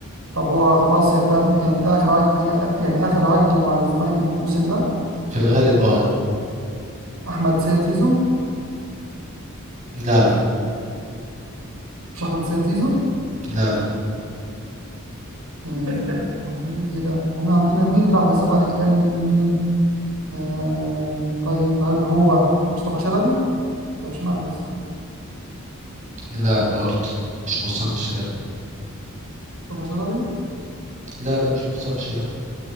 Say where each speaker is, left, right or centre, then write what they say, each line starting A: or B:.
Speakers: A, on the right; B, on the right.
A: طب هو خلاص يا ده يعني ده آخر عقد يعني آخر عقده مع الزمالك الموسم ده
B: في الغالب اه
A: احمد سيد زيزو
B: لا لا
A: مش احمد سيد زيزو
B: لا لا
A: آه مين ايه ده ومين عندنا مين بيلعب في الزمالك تاني مين آه طيب هل هو مصطفى شلبي ده مش مال بس
B: لا بارد مش مصطفى شلبي
A: مصطفى شلبي
B: لا لا مش مصطفى شلبي